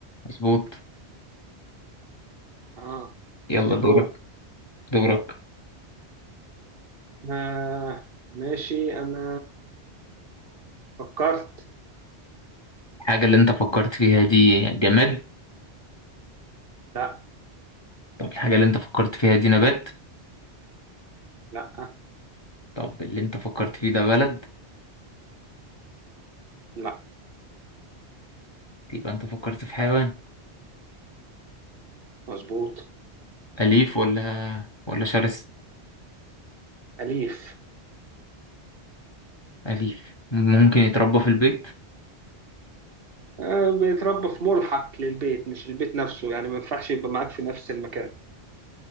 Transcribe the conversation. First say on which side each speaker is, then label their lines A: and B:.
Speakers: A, on the left; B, on the right.
A: مظبوط
B: اه
A: يلا
B: شابوه
A: دورك دورك
B: آه ماشي أنا فكرت
A: الحاجة اللي انت فكرت فيها دي جماد
B: لا
A: طب الحاجة اللي انت فكرت فيها دي نبات
B: لا آه،
A: طب اللي انت فكرت فيه ده بلد
B: لا
A: يبقى انت فكرت في حيوان
B: مظبوط
A: أليف ولا ولا شرس
B: أليف
A: أليف ممكن يتربى في البيت
B: آه، بيتربى في ملحق للبيت مش البيت نفسه يعني ما ينفعش يبقى معاك في نفس المكان